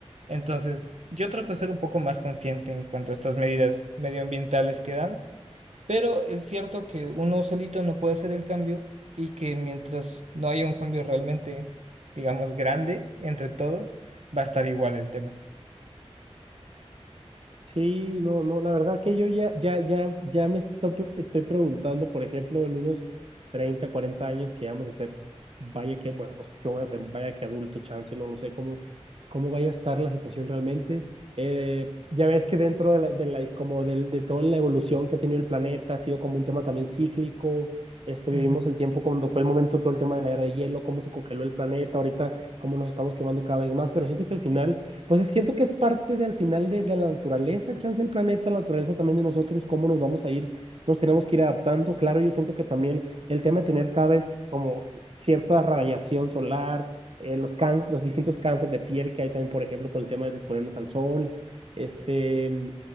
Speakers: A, on the right; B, on the right.
A: Entonces, yo trato de ser un poco más consciente en cuanto a estas medidas medioambientales que dan pero es cierto que uno solito no puede hacer el cambio y que mientras no haya un cambio realmente, digamos, grande entre todos, va a estar igual el tema.
B: Sí, no, no, la verdad que yo ya, ya, ya, ya me esto- estoy preguntando, por ejemplo, en unos 30, 40 años que vamos a ser, vaya que, bueno, pues yo voy a ser, vaya que adulto, chance, no lo sé cómo, cómo vaya a estar la situación realmente. Eh, ya ves que dentro de la, de la- como del- de, toda la evolución que ha tenido el planeta, ha sido como un tema también cíclico. Este, vivimos
A: Ujú.
B: el tiempo cuando fue el momento, todo el tema de la era de hielo, cómo se congeló el planeta, ahorita cómo nos estamos quemando cada vez más, pero siento que al final pues siento que es parte del final de, de la naturaleza, chance del planeta, la naturaleza también de nosotros, cómo nos vamos a ir, nos tenemos que ir adaptando. Claro, yo siento que también el tema de tener cada vez como cierta radiación solar, eh, los, cán- los distintos cánceres de piel que hay también, por ejemplo, con el tema de exponernos al sol, este,